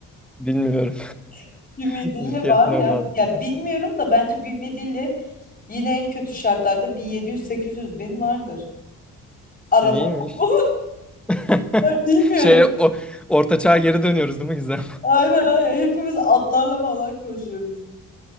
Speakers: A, in the centre; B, on the left.
A: Bilmiyorum.
B: <laughs> bir midilli
A: <laughs> Bir fiyatına
B: var ya.
A: bağlı.
B: Ya bilmiyorum da bence bir midilli yine en kötü şartlarda bir 700-800 bin vardır. Araba
A: Neymiş?
B: <laughs> bu.
A: <laughs>
B: Ya bilmiyorum.
A: Şey o orta çağa geri dönüyoruz değil mi Gizem?
B: Aynen, aynen. Hepimiz atlarla falan koşuyoruz.